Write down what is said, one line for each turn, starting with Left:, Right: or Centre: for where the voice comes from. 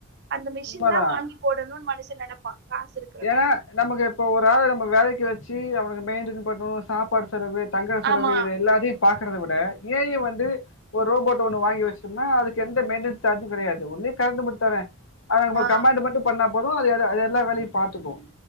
Right: அந்த மிஷின்
Left: உண்மதா
Right: தா வாங்கி போடணுன் மனுஷு நெனப்பா காசு இருக்கிறவ
Left: ஏனா நமக்கு இப்ப ஒரு ஆள நம்ம வேலைக்கு வச்சு அவனுக்கு மெயின்டென் பண்ணு சாப் பாடு செலவு தங்குற செலவு
Right: ஆமா
Left: இத எல்லாத்தையு பாக்கறத விட ஏ ஐ வந்து ஒ ரோபோட் ஒன்னு வாங்கி வச்சுடோம்னா அதுக்கு எந்த மெயின்டென்ஸ் சார்ஜு கெடையாது ஒன்லி கரண்ட் மட்டு தான அ நம்ம
Right: ஆ
Left: கமண்டு மட்டு பண்ணா போதோ அது அது அது எல்லா வேலையு பாத்துக்கூ